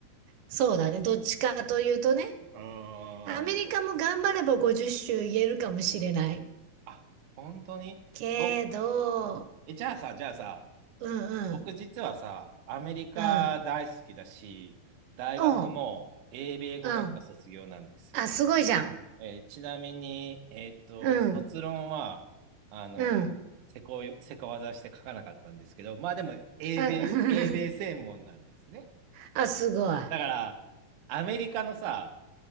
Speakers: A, on the right; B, on the right.
A: そうだね。どっちかというとね。
B: ーん。
A: アメリカも頑張れば50州言えるかもしれない。
B: あ、本当に僕、
A: けど、
B: え、じゃあさ、じゃあさ、
A: うんうん、
B: 僕実はさ、アメリカ大好きだし、
A: うん。
B: 大学も英米語学科卒業なんですよ。
A: おう、うん。あ、すごいじゃん。
B: えーちなみに、えーっと、
A: うん、
B: 卒論は、あの、
A: うん。
B: せこい、せこ技して書かなかったんですけど、まあでも、英米、
A: あ <laughs>
B: 英米専門なんですね。
A: あ、すごい。
B: だから、アメリカのさ、